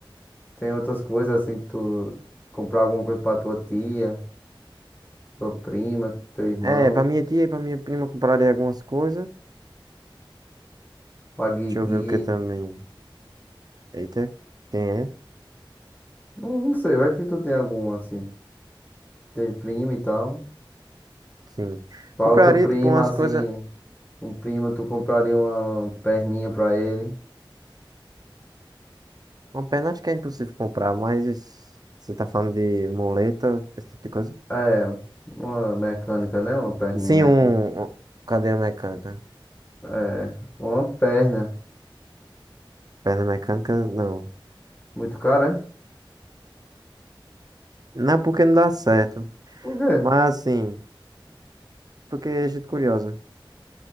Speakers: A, on the left; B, on the right.
A: Tem outras coisas assim que tu comprar alguma coisa pra tua tia, tua prima, teu irmão,
B: É, pra minha tia e pra minha prima compraria algumas coisas.
A: pra Guigui.
B: Deixa eu ver o que também. Eita, quem é?
A: Não, não sei, vai que tu tem algum assim. Tem primo e tal.
B: Sim.
A: Pra
B: Compraria,
A: outro primo,
B: tipo, umas
A: assim,
B: coisas.
A: um primo, tu compraria uma perninha pra ele.
B: Uma perna acho que é impossível comprar, mas você tá falando de muleta, esse tipo de coisa?
A: É, uma mecânica, né? Uma perninha
B: Sim,
A: mecânica.
B: um, um cadeira mecânica.
A: É, uma perna.
B: Perna mecânica, não.
A: Muito cara, é?
B: Não é porque não dá certo.
A: Por quê?
B: Mas
A: <laughs>
B: assim, porque é gente curiosa.